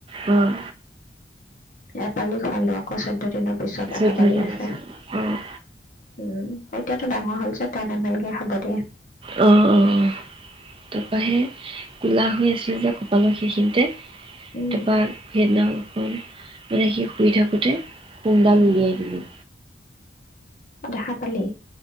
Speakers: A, on the right; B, on the left.
A: উম।
B: এপালি খোৱালো আকৌ চৈধ্য দিনত পিছত
A: চৈধ্য
B: এটা পালি
A: জন
B: আছে। উম।
A: অ',
B: এতিয়াতো ডাঙৰ হল যে টেন এম এল কে খাব দিয়ে।
A: অ' অ'। তাৰপা সে কু'লা হৈ আছিল যে কপালৰ সেইখিনি তে
B: উম
A: তাৰপা সেইদিনাও <unintelligible> মানে সি শুই থাকোঁতে শুং দাল
B: উম
A: উলিয়ায় দিলোঁ।
B: দেখা পালি?